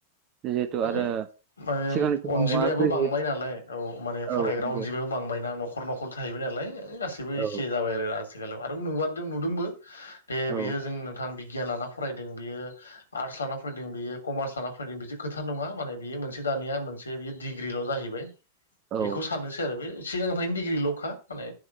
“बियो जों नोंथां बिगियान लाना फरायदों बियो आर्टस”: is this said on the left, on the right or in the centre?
Left